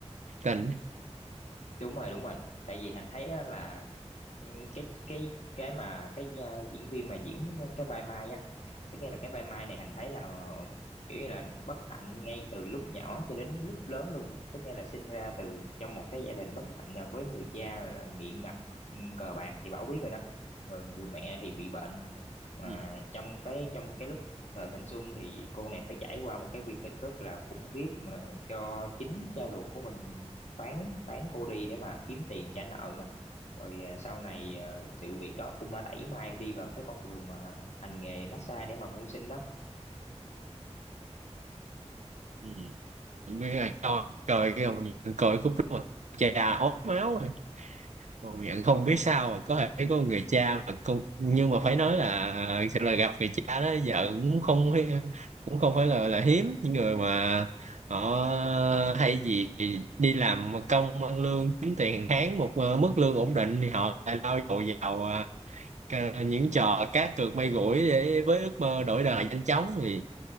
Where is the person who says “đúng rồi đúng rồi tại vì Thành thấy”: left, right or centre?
Left